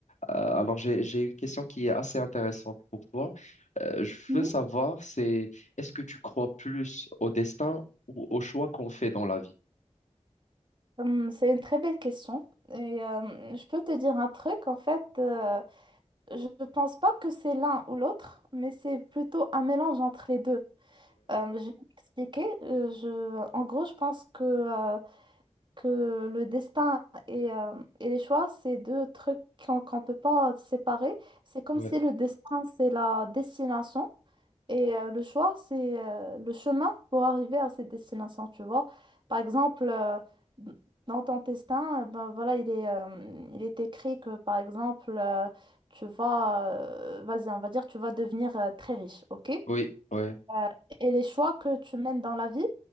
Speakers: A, on the left (about 75°); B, on the right (about 40°).
A: Euh, alors, j'ai, j'ai une question qui est assez intéressante pour toi. Euh, je
B: Mhm.
A: veux savoir, c'est est-ce que tu crois plus au destin ou aux choix qu'on fait dans la vie?
B: Hum, C'est une très belle question. Et euh, je peux te dire un truc, en fait, euh, je ne pense pas que c'est l'un ou l'autre, mais c'est plutôt un mélange entre les deux. Euh, je vais m'expliquer. Euh, je, en gros, je pense que, euh, que le destin et, euh, et les choix, c'est deux trucs qu'on qu'on ne peut pas séparer. C'est comme
A: Ouais.
B: si le destin, c'est la destination Et euh, le choix, c'est euh, le chemin pour arriver à cette destination, tu vois. Par exemple, euh, d- dans ton destin, euh, ben voilà, il est, euh, il est écrit que, par exemple, euh, tu vas, euh, vas-y, on va dire, tu vas devenir euh, très riche, ok?
A: Oui, oui,
B: Euh, et les choix que tu mènes dans la vie,